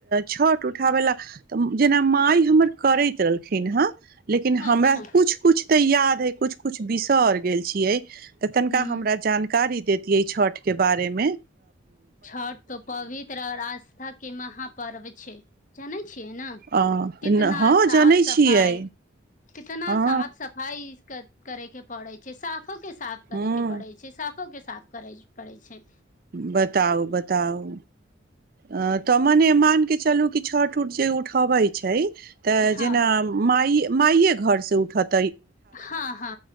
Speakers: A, on the right; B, on the left.
A: छठ उठाबै लए तऽ जेना माइ हमर करैत रहलखिन हँ लेकिन हमरा
B: अच्छा
A: कुछ कुछ तऽ याद है कुछ कुछ बिसर गेल छियै। तऽ
B: ह
A: तनिका हमरा जानकारी दैतियै छठिकके बारेमे।
B: छठ तो पवित्र आओर आस्था के महापर्व छै। जैने छी है न
A: अ
B: कितना
A: हँ
B: साफ
A: जनै
B: सफाइ
A: छियै
B: कितना
A: हँ
B: साफ सफाइ इसक। करे के पड़ैत छै साफ साफो के साफ
A: हँ
B: करे के पड़ै छै साफो के साफ करै पड़ै छै।
A: बताउ बताउ अ तऽ मने मान कि चलू कि छठ उठ जे उठबे छै। तऽ
B: हँ
A: जेना माइ माइए घरसँ उठत,
B: हँ हँ